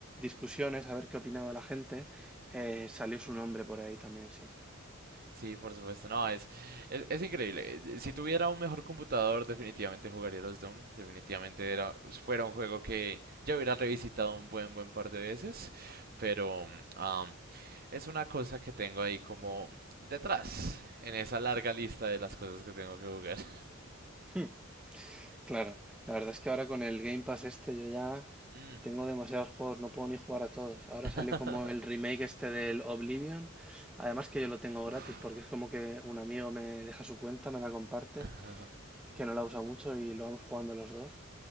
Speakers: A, in the centre; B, on the right.
A: discusiones, a ver qué opinaba la gente, eh, salió su nombre por ahí también, sí.
B: Sí, por supuesto. No, es, es, es increíble. Eh, Si tuviera un mejor computador, definitivamente jugaría los Doom. Definitivamente era, fuera un juego que ya hubiera revisitado un buen, buen par de veces. Pero am, es una cosa que tengo ahí como detrás, en esa larga lista de las cosas que tengo que jugar. <laughs>
A: Hmm, Claro, la verdad es que ahora con el Game Pass este yo ya
B: Mm.
A: tengo demasiados juegos, no puedo ni jugar a todos. Ahora
B: <laughs>
A: salió como el remake este del Oblivion, además que yo lo tengo
B: Uf.
A: gratis porque es como que un amigo me deja su cuenta, me la comparte
B: <laughs>
A: que no la usa mucho y lo vamos jugando los dos.